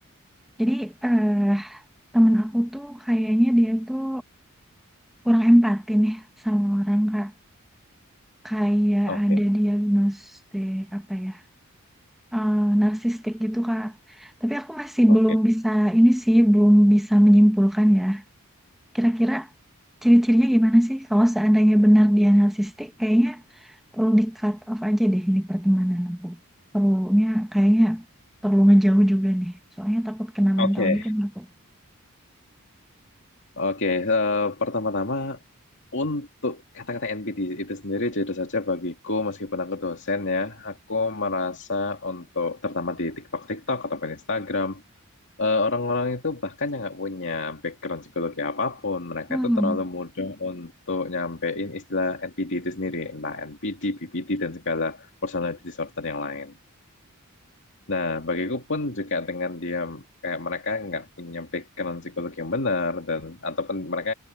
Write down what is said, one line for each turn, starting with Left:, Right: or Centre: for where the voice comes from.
Centre: Jadi eh temen aku tuh kayaknya dia tuh kurang empati nih sama orang Kak. Kayak
Left: oke,
Centre: ada diagnostik apa ya, eh, narsistik gitu Kak. Tapi aku masih
Left: oke,
Centre: belum bisa, ini sih belum bisa menyimpulkan ya. Kira-kira ciri-cirinya gimana sih? Kalau seandainya benar dia narsistik, kayaknya perlu di cut off aja deh ini pertemanan aku. Perlunya kayaknya perlu ngejauh juga nih. Soalnya takut kena
Left: oke,
Centre: mental juga nih aku.
Left: oke. Eh, pertama-tama untuk kata-kata NPT itu sendiri jujur saja bagiku meskipun aku dosen ya, aku merasa untuk terutama di TikTok, TikTok ataupun Instagram eh, orang-orang itu bahkan yang nggak punya background psikologi apapun, mereka
Centre: Hmm,
Left: itu terlalu mudah untuk nyampein istilah NPD itu sendiri, entah NPD, BPD, dan segala personality disorder yang lain. Nah, bagiku pun juga dengan dia kayak mereka nggak punya background psikologi yang benar dan ataupun mereka